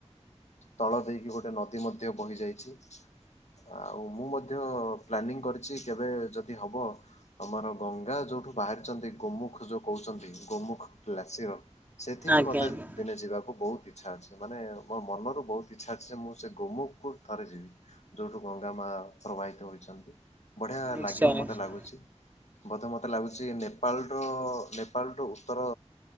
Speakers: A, on the left; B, on the right.
A: ତଳ ଦେଇକି ଗୋଟେ ନଦୀ ମଧ୍ୟ ବହି ଯାଇଛି, ଆଉ ମୁଁ ମଧ୍ୟ ପ୍ଲାନିଂ କରିଛି କେବେ ଯଦି ହବ, ଆମର ଗଙ୍ଗା ଯୋଉଠୁ ବାହାରିଛନ୍ତି, ଗୋମୁଖ ଯୋଉ କହୁଛନ୍ତି ଗୋମୁଖ କ୍ଲାଶିର ସେଥିକି
B: ଆଜ୍ଞା
A: ମତେ
B: ଆଜ୍ଞା
A: ଦିନେ ଯିବାକୁ ବହୁତ ଇଛା ଅଛି ମାନେ ମୋ ମନରୁ ବହୁତ ଇଛା ଅଛି ମୁଁ, ସେ ଗୋମୁକୁ ଥରେ ଯିବି। ଯୋଉଠୁ ଗଙ୍ଗା ମା ପ୍ରବାହିତ ହୋଇଛନ୍ତି। ବଢିଆ
B: ନିଶ୍ଚୟ
A: ଲାଗେ
B: ନିଶ୍ଚୟ।
A: ଗୁଛି ମତେ ମତେ ଲାଗୁଛି ନେପାଳ ଠୁ ନେପାଳ ଠୁ ଉତ୍ତର